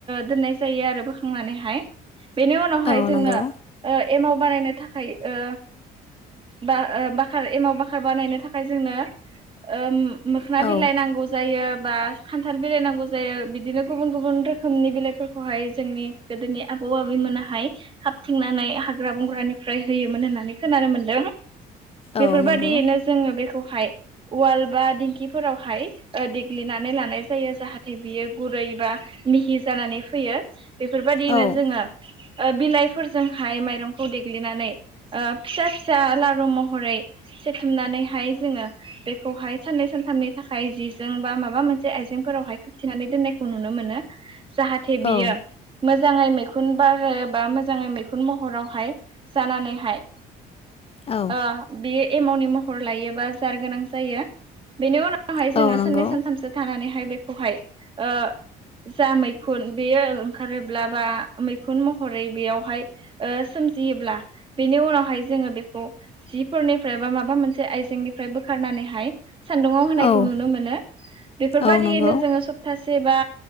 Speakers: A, on the right; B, on the left.
A: दोननाय जायो आरो बोखांनानैहाय बेनि उनावहाय
B: औ
A: जोंनो
B: नंगौ
A: ओ एमाव बानायनो थाखाय ओ बा ओ बा आर एमाव बाख्खार बानायनो थाखाय जोंनो ओम मोखोना
B: औ
A: बिलाइ नांगौ जायो। बा खान्थाल बिलाइ नांगौ जायो बिदिनो गुबुन गुबुन रोखोमनि बिलाइफोरखौहाय जोंनि गोदोनि आ बौ-आबैमोनाहाय खाबथिंनानै हाग्रा बंग्रानिफ्राय होयोमोन होननानै खोनानो मोनदों। बेफोर
B: औ
A: बादियैनो
B: नंगौ
A: जोङो बेखौहाय उवाल बा दिंखिफोरावहाय ओ देग्लिनानै लानाय जायो जाहाथे बियो गुरै बा मिहि जानानै फैयो बेफोरबादियैनो
B: औ
A: जोङो ओ बिलाइफोरजोंहाय माइरंखौ देग्लिनानै ओ फिसा-फिसा लारु महरै सेथुमनानैहाय जोङो बेखौहाय साननै सानथामनि थाखाय जिजों बा माबा मोनसे आइजें फोरावहाय खोबथिनानै दोननायखौ नुनो मोनो जाहाथे
B: औ
A: बियो मो जाङै मैखुन बारो बा मोजाङै मैखुन महरावहाय जानानैहाय
B: औ
A: ओ बियो एमावनि महर लायोबा जार गोनां जायो बेनि उनाव हाय जोङो
B: औ नंगौ
A: साननै सानथामसो थानानैहाय बेखौहाय ओ जा मैखुन बेयो ओंखारोब्ला बा मैखुन महरै बेयावहाय ओ सो मजियोब्ला बेनि उनावहाय जोङो बेखौ जिफोरनि फ्राय बा माबा मोनसे आइजेंनिफ्राय बोखारनानैहाय सान्दुङाव होनायखौ
B: औ
A: नुनो मोनो। बेफोरबादियैनो
B: औ नंगौ
A: जोङो सप्ता सेबा